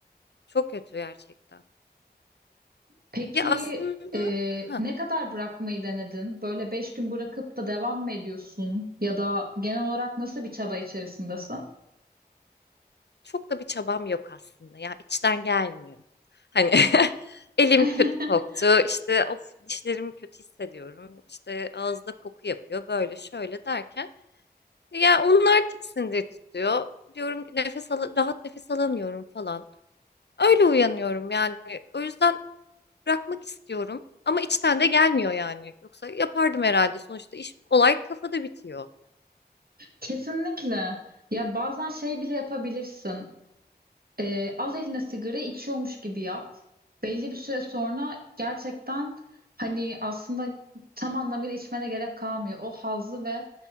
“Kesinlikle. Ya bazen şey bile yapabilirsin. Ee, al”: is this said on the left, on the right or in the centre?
Right